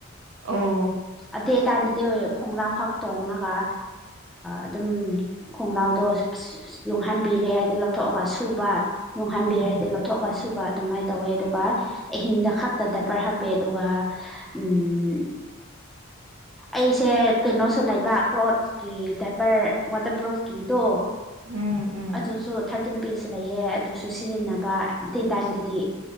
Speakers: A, on the right; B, in the centre.
A: ꯑꯣ
B: ꯑꯙꯦ ꯇꯥꯏꯝ ꯑꯇꯩ ꯑꯣꯏ ꯈꯣꯡꯒ꯭ꯔꯥꯎ ꯈꯥꯛ ꯇꯣꯡꯉꯒ ꯑꯗꯨꯝ ꯈꯣꯡꯒ꯭ꯔꯥꯎꯗꯣ ꯅꯨꯡ ꯍꯥꯟꯕꯤꯔꯦ ꯍꯥꯏꯗꯤ ꯂꯧꯊꯣꯛꯑꯒ ꯁꯨꯕ ꯅꯨꯡ ꯍꯥꯟꯕꯤꯔꯦ
A: ꯎꯝ
B: ꯍꯥꯏꯗꯤ ꯂꯧꯊꯣꯛꯑꯒ ꯁꯨꯕ ꯑꯗꯨꯃꯥꯏꯅ ꯇꯧꯋꯦ ꯑꯗꯨꯒ ꯑꯍꯤꯡꯗ ꯈꯛꯇꯗ ꯄꯔ ꯍꯥꯞꯄꯦ ꯑꯗꯨꯒ <inaudible> ꯑꯩꯁꯦ ꯀꯩꯅꯣꯁꯨ ꯂꯩꯕ ꯀ꯭ꯂꯣꯠꯁꯀꯤ ꯗꯥꯏꯄꯔ ꯋꯥꯇꯔꯄ꯭ꯔꯨꯐꯀꯤꯗꯣ
A: ꯎꯝ ꯎꯝ
B: ꯑꯗꯨꯁꯨ ꯊꯥꯔꯇꯤꯟ ꯄꯤꯁ ꯂꯩꯑ ꯑꯗꯨꯁꯨ ꯁꯤꯖꯤꯟꯅꯕ ꯗꯦ ꯇꯥꯏꯝꯗꯗꯤ